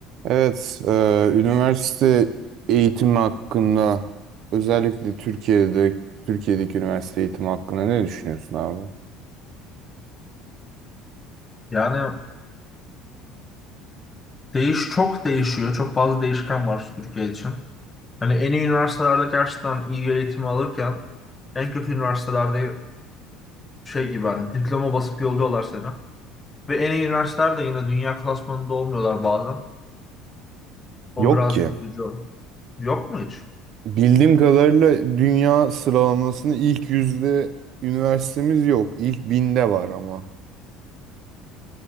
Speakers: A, on the right; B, on the left.
A: Evet, e, üniversite eğitimi hakkında özellikle Türkiye'de Türkiye'deki üniversite eğitimi hakkında ne düşünüyorsun abi?
B: Yani değiş çok değişiyor. Çok fazla değişken var Türkiye için. Hani en iyi üniversitelerde gerçekten iyi bir eğitimi alırken en kötü üniversitelerde şey gibi hani diploma basıp yolluyorlar seni. Ve en iyi üniversiteler de yine dünya klasmanında olmuyorlar bazen. O
A: Yok
B: birazcık
A: ki.
B: üzücü. Yok mu hiç?
A: Bildiğim kadarıyla dünya sıralamasında ilk yüzde üniversitemiz yok. İlk binde var ama.